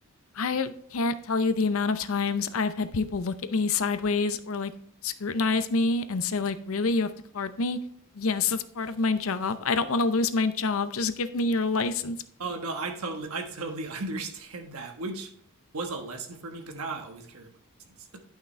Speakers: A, on the left; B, on the right.
A: I can't tell you the amount of times I've had people look at me sideways or like scrutinize me and say like, "Really? You have to card me?" Yes, that's part of my job. I don't want to lose my job. Just give me your license,
B: Oh
A: please.
B: no, I totally I totally <laughs> understand that, which was a lesson for me because now I always carry my license,